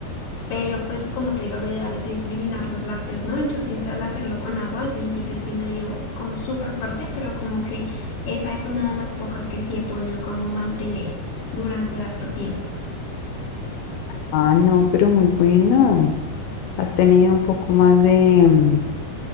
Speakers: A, on the left; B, on the left.
A: pero pues como te digo, lo ideal es eliminar los lácteos, ¿no? Entonces al hacerlo con agua, al principio sí me dio como súper fuerte, pero como que esa es una de las pocas que sí he podido como mantener durante harto tiempo.
B: Ah, no, pero muy bueno. Has tenido un poco más de,